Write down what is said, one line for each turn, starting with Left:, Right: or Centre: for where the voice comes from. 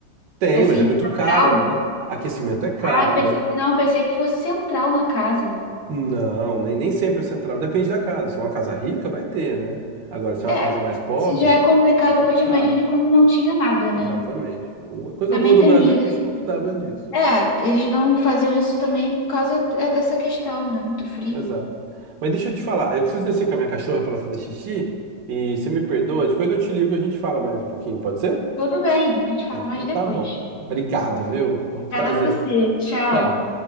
Right: tem,
Left: Assim,
Right: mas é muito
Left: central?
Right: caro, né? Aquecimento é caro.
Left: Ah, eu pensei, não, eu pensei que fosse central na casa.
Right: Não, nem, nem sempre é central. Depende da casa. Se é uma casa rica, vai ter, né? Agora, se é
Left: É,
Right: uma casa mais pobre,
Left: se já é complicado
Right: é complicado.
Left: hoje, imagine quando não tinha nada, né?
Right: Exatamente. A coisa
Left: Também
Right: boa do
Left: tem
Right: Brasil é
Left: isso.
Right: que a gente não precisava disso.
Left: É, eles não faziam isso também por causa é, dessa questão, né? Muito frio.
Right: Exato. Mas deixa eu te falar, eu preciso descer com a minha cachorra para ela fazer xixi e você me perdoa, depois eu te ligo e a gente fala mais um pouquinho, pode ser?
Left: Tudo bem, a gente fala
Right: Então
Left: mais depois.
Right: tá bom. Obrigado, viu? Um prazer.
Left: Obrigada a você. Tchau.
Right: Tchau.